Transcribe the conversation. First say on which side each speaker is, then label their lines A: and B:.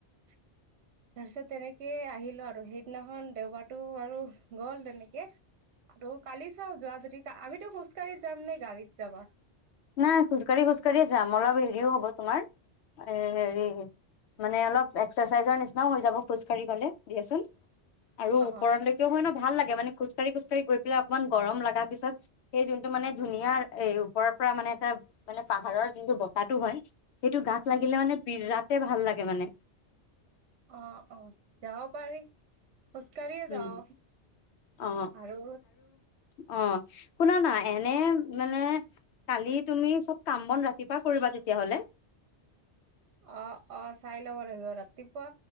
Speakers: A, on the right; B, on the left.
A: তাৰপিছত তেনেকে আহিলোঁ আৰু সেইদিনাখন দেওবাৰটো বাৰু গ'ল তেনেকে। আৰু কালি চাও যোৱা যদি আমিতো খোজকাঢ়ি যাম, নে গাড়ীত যাবা?
B: নাই খোজকাঢ়ি খোজকাঢ়িয়ে যাম অলপ হেৰিও হব তোমাৰ এ হেৰি মানে অলপ এক্সাৰচাইজৰ নিচিনাও হৈ যাব খোজ কাঢ়ি গলে দিয়াছোন আৰু
A: অ
B: ওপৰলৈ লৈকে হয় ন ভাল লাগে মানে খোজকাঢ়ি খোজকাঢ়ি গৈ পেলায় অকমান গৰম লাগা পিছত সেই যোনটো মানে ধুনীয়া এ ওপৰ পৰা মানে এটা মানে পাহাৰৰ যোনটো বতাহ টো হয় সেইটো গাত
A: হম
B: লাগিলে মানে বিৰাট তে ভাল লাগে মানে।
A: অ অ যাব পাৰি। খোজকাঢ়িয়ে
B: উম
A: যাওঁ
B: অ
A: আৰু
B: অ শুনা না এনে মানে কালি তুমি চব কাম বন ৰাতিপুৱা কৰিবা তেতিয়া হ'লে।
A: অ অ চাই ল'ব লাগিব ৰাতিপুৱা